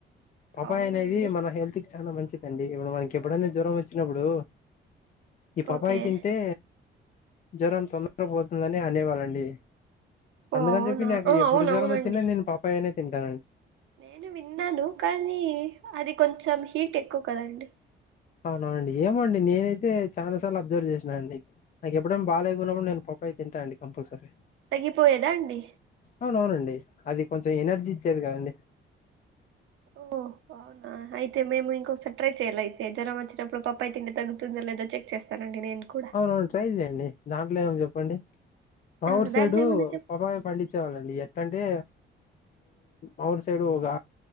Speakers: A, on the left (about 40°); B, on the right (about 80°).
A: పాప
B: అవునా
A: అయినవి
B: అండి
A: మన హెల్ తిచ్ చాలా మంచిదండి ఇప్పుడు మనకి ఎప్పుడైనా జ్వరం వచ్చినప్పుడు ఈ పాప
B: ఓకే
A: యి తింటే జ్వరం తొందరగ పోతుందని అనేవాళ్ళండి
B: ఓ
A: అందుకని
B: అవునా
A: చెప్పి నాకు
B: ఆ
A: ఎప్పుడు
B: అవునవునండి
A: జ్వరం వచ్చి చిన్న నేను పాప ఏ నే తింటానండి
B: నేను విన్నాను కానీ అది కొంచెం హీట్ ఎక్కువ కదండి
A: అవును అవునండి ఏమో అండి నేనైతే చాలా సార్లు అబ్జర్వ్ చేసినాను అండి నాకే ఎప్పు డ్ ఇప్పుడేం బాగలేనప్పుడు నేను పపాయి తింట అండి కంపల్సరీ
B: తగ్గిపోయేదా అండి
A: అవున అవునండి అది కొంచెం ఎనర్జీ ఇచ్చేది కదండి
B: ఓ అవునా అయితే మేము ఇంకొకసారి ట్రై చెయ్యాల అయితే జ్వరం వచ్చి చప్పుడు బోప్పయి తింటే తగ్గుతుందా లేదో చెక్ చేస్తానండి నేను కూడా
A: అవును అవును ట్రై చెయండి దాంట్లో ఏముం చెప్ చెప్పండి మా
B: ఆ,
A: ఊరు సైడు
B: దాంట్లో ఏముంది చెప్
A: పాబ పండించేవాళండి ఎట్ట అంటే అ వుర్ సైడు ఒక